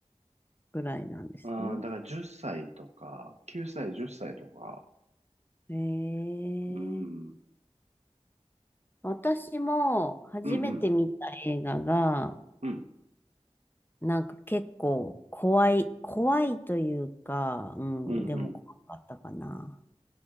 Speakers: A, on the left; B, on the right.
A: ぐらいなんですね。
B: うん、だから10歳とか、9歳、10歳とか、
A: へえ。
B: うん、うん、
A: 私も初めて見た映画が、
B: うん、うん、
A: なんか結構怖い、怖いというか、うん、
B: うん、
A: でも怖かったかな。
B: うん、